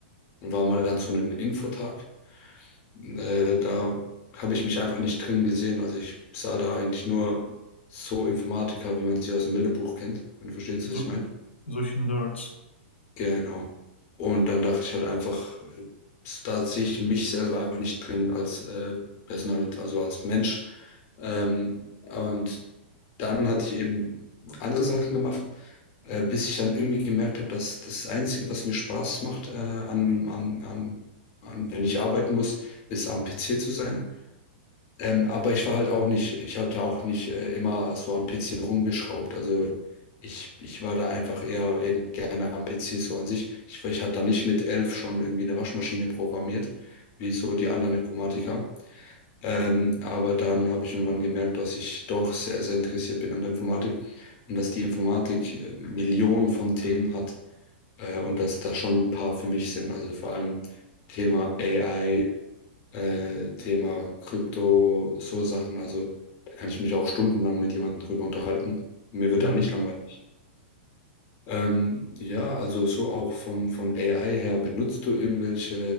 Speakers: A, on the left; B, on the left.
A: und war mal an so einem Infotag. Äh, da habe ich mich einfach nicht drin gesehen. Also ich sah da eigentlich nur so Informatiker, wie man sie aus dem Bilderbuch kennt, wenn du verstehst,
B: so,
A: was ich meine.
B: solche Nerds.
A: Genau. Und dann dachte ich halt einfach, äh, da sehe ich mich selber einfach nicht drin als äh, Personalität, also als Mensch. Ähm, und dann hatte ich eben andere Sachen gemacht, äh, bis ich dann irgendwie gemerkt habe, dass das Einzige, was mir Spaß macht, äh, an, an, an, an, wenn ich arbeiten muss, ist am PC zu sein. Ähm, aber ich war halt auch nicht, ich hatte auch nicht äh, immer so am PC rumgeschraubt. Also ich, ich war da einfach eher eben gerne am PC so an sich. Ich, ich habe da nicht mit elf schon irgendwie eine Waschmaschine programmiert, wie so die anderen Informatiker. Ähm, aber dann habe ich irgendwann gemerkt, dass ich doch sehr, sehr interessiert bin an der Informatik und dass die Informatik äh, Millionen von Themen hat äh, und dass da schon ein paar für mich sind. Also vor allem Thema AI äh, Thema Krypto, so Sachen. Also da kann ich mich auch stundenlang mit jemandem drüber unterhalten. Mir wird
B: Ja,
A: da nicht langweilig. Ähm, ja, also so auch von, von AI her, benutzt du irgendwelche,